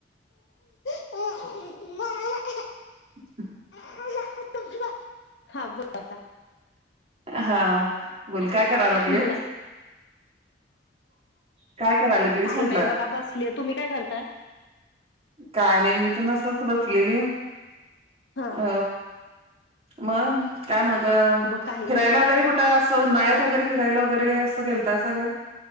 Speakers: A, on the left (about 75°); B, on the right (about 35°).
A: <unintelligible>
B: <inaudible>
A: <unintelligible> हा बोल आता.
B: हा, मुल काय करायला लागलेत?
A: बोला
B: काय करायला लागलीस
A: काही
B: म्हटलं
A: नाही बघा बसलीय. तुम्ही काय करताय?
B: काय नाय, मी पण असंच बसलेले.
A: हा
B: अ मग, काय मग
A: मग काही नाही
B: फिरायला वगैरे कु असं उन्हाळ्यात वगैरे फिरायला वगैरे असं गेलतासा काय?